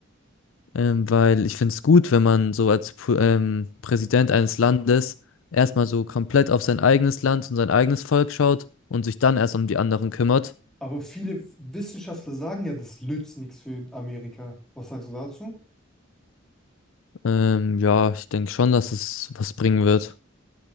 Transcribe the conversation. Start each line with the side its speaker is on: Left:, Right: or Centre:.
Left: ähm, weil ich finde es gut, wenn man so als Pu- ähm, Präsident eines Landes erstmal so komplett auf sein eigenes Land und sein eigenes Volk schaut und sich dann erst um die anderen kümmert.
Centre: Aber viele Wissenschaftler sagen ja, das nützt nichts für Amerika. Was sagst du dazu?
Left: Ähm, ja, ich denke schon, dass es was bringen wird.